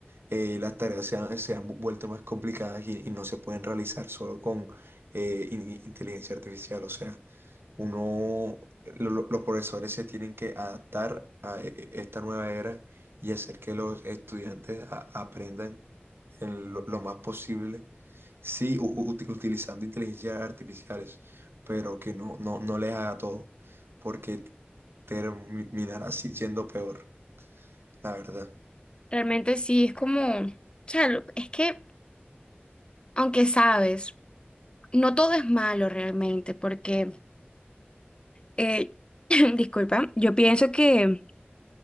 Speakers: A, on the right; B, on the left.
A: eh, las tareas se han, se han vu- vuelto más complicadas y, y no se pueden realizar solo con eh, in- inteligencia artificial. O sea, uno, lo- los profesores se tienen que adaptar a e- e- esta nueva era y hacer que los estudiantes a- aprendan en lo, lo más posible, sí, u- u- uti- utilizando inteligencias artificiales, pero que no, no, no les haga todo, porque terminará así siendo peor, la verdad.
B: Realmente sí, es como, o sea, lo- es que aunque sabes, no todo es malo realmente, porque, eh, <laughs> disculpa, yo pienso que